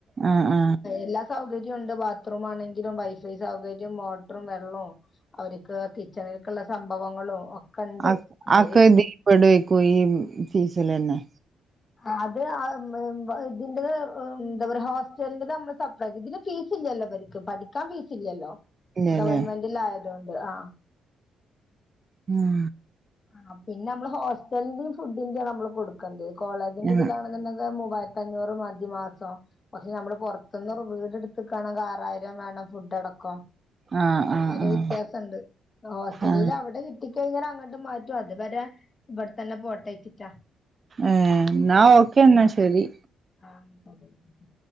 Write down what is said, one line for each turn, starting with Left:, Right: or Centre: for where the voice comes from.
Right: ആഹ്
Left: എല്ലാ സൗകര്യം ഇണ്ട് ബാത്റൂ ആണെങ്കലും വൈഫൈ സൗകര്യം മോട്ടറും വെള്ളവും അവർക്ക് കിച്ചണിൽക്കുള്ള സംഭവങ്ങളും ഒക്കെ ഉണ്ട്
Right: അ
Left: ഇവര്
Right: അഒക്കെ ദീപെടേക്കും ഈ ഫീസലെന്നെ
Left: ആ അത് ആ ഇതിന്റെത് എന്താ പറ ഹോസ്റ്റലിന്റെ നമ്മള് സെപ്പറേറ്റ് ഇതിന്റെ ഫീസ് ഫീസ് ഇല്ലല്ലോ ഇവർക്ക് പഠിക്കാൻ ഫീസിലല്ലോ
Right: ഇല്ലല്ലേ
Left: ഗവൺമെന്റിൽ ആയതോണ്ട് ആ
Right: ഉം
Left: ആ പിന്നെനമ്മള് ഹോസ്റ്റലിന്റീം ഫുഡിന്റിം നമ്മള് കൊടുക്കേണ്ടേ കോളേജിന്റെ
Right: ആഹ്
Left: ഇതിലാ മൂവായിരത്തഞ്ഞൂറ് മതി മാസം പക്ഷെ നമ്മള് പുറത്ത്ന്ന് വീട് ഇട്ത് വീട് ഇട്ത്ക്കാണെങ്കിൽ ആറായിരം വേണം ഫുഡ്ടക്കം
Right: ആഹ് ആഹ്
Left: ആ ഒരു വ്യത്യാസം ക്കണ്ട് ഹോസ്റ്റലിൽ
Right: ആഹ്
Left: അവിടെ കിട്ടി കഴിഞ്ഞാൽ അങ്ങ മാറ്റും അതുവരെ ഇപടെ തന്നെ പോട്ടെച്ചിട്ടാ
Right: ഏ ഏന്നാ ഓക്കേ എന്നാ ശെരി
Left: ആ അയിക്കോട്ടെ അയിക്കോട്ടെ